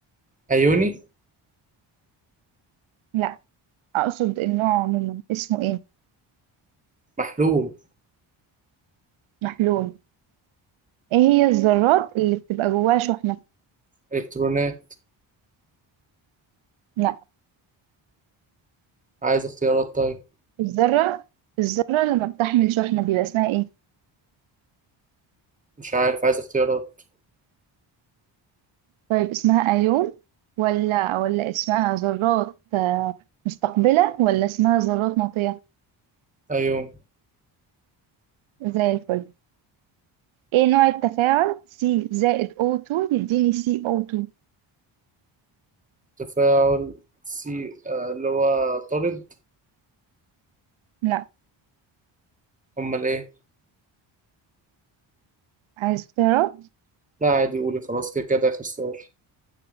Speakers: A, on the right; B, on the right.
A: ايوني
B: لا اقصد النوع عموما اسمه ايه
A: محلول
B: محلول ايه هي الذرات اللي بتبقى جواها شحنة
A: الكترونات
B: لا
A: عايز اختيارات طيب
B: الذرة الذرة اللي ما بتحمل شحنة بيبقى اسمها ايه
A: مش عارف عايز اختيارات
B: طيب اسمها ايون ولا ولا اسمها ذرات آه، مستقبلة ولا اسمها ذرات ناطية
A: ايون
B: زي الفل ايه نوع التفاعل سي زائد O2 يديني CO2
A: تفاعل سي آه... اللي هو طارد
B: لا
A: امال ايه
B: عايز اختيارات
A: لا عادي قولي خلاص كده كده اخر سؤال